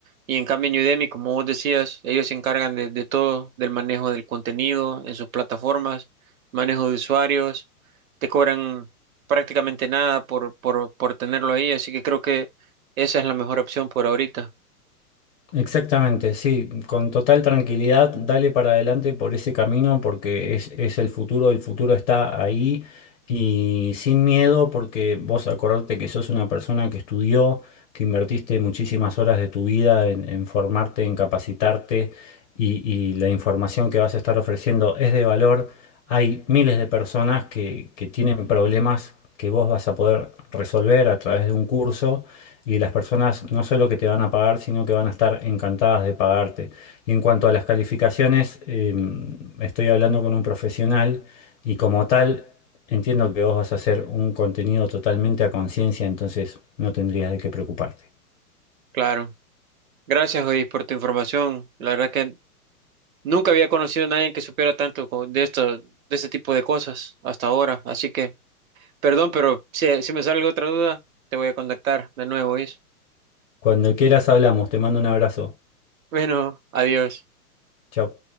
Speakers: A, on the right; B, on the left.
A: Y en cambio en Udemy, como vos decías, ellos se encargan de, de todo, del manejo del contenido en sus plataformas, manejo de usuarios, te cobran prácticamente nada por, por, por tenerlo ahí, así que creo que esa es la mejor opción por ahorita.
B: Exactamente, sí, con total tranquilidad, dale para adelante por ese camino porque es, es el futuro, el futuro está ahí y sin miedo porque vos acordate que sos una persona que estudió, que invertiste muchísimas horas de tu vida en, en formarte, en capacitarte y, y la información que vas a estar ofreciendo es de valor. Hay miles de personas que, que tienen problemas que vos vas a poder resolver a través de un curso y las personas no solo que te van a pagar, sino que van a estar encantadas de pagarte. Y en cuanto a las calificaciones, eh, estoy hablando con un profesional y como tal, entiendo que vos vas a hacer un contenido totalmente a conciencia, entonces no tendrías de qué preocuparte.
A: Claro. Gracias, hoy por tu información. La verdad que nunca había conocido a nadie que supiera tanto co- de esto, de este tipo de cosas hasta ahora, así que Perdón, pero si, si me sale alguna otra duda, te voy a contactar de nuevo, ¿oís?
B: Cuando quieras hablamos, te mando un abrazo.
A: Bueno, adiós.
B: Chao.